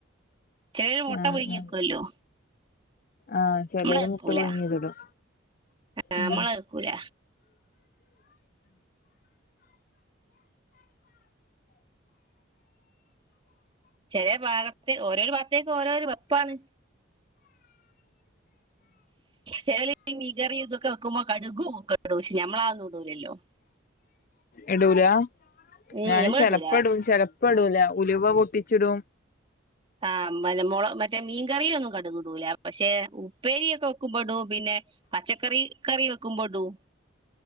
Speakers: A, on the right; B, on the left.
A: ചിലര് മുട്ട
B: ആഹ്
A: പുഴുങ്ങി
B: ആഹ്
A: വെക്കുവല്ലോ
B: ആഹ് ചെലോര്
A: നമ്മളക്കൂല
B: മുട്ട പുഴുങ്ങിയത്ടും
A: ആഹ്
B: ഉം
A: നമ്മള് വെക്കൂല ചേലെ ഭാഗത്തെ ഓരോരു ഭാഗത്തേക്കും ഓരോരു വെപ്പാണ് ചെലൊരു മീൻ കറിയൊക്കെ ഇതൊക്കെ വെക്കുമ്പോ കടുകും ഒക്കെ ഇടും പക്ഷേ ഞമ്മളാന്നും ഇടൂലല്ലോ <inaudible>
B: ഇടൂല
A: ഏയ്
B: ഞാന്
A: ഞമ്മള്
B: ചെലപ്പോ
A: ഇടൂല
B: ഇടും ചെലപ്പ ഇടൂല ഉലുവ പൊട്ടിച്ചിടും
A: ആഹ് മലമുള മറ്റേ മീൻകറിയ ഒന്നും കടുകിടൂല പക്ഷെ ഉപ്പേരി ഒക്കെ വെക്കുമ്പോ ഇടും പിന്നെ പച്ചക്കറി കറി വെക്കുമ്പൊ ഇടും